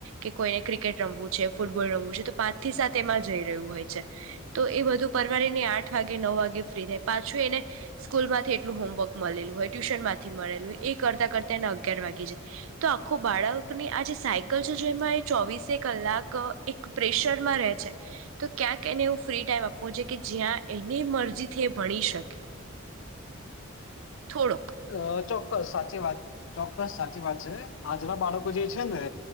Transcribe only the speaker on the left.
અ ચોક્કસ સાચી વાત ચોક્કસ સાચી વાત છે આજના બાળકો જે છે ને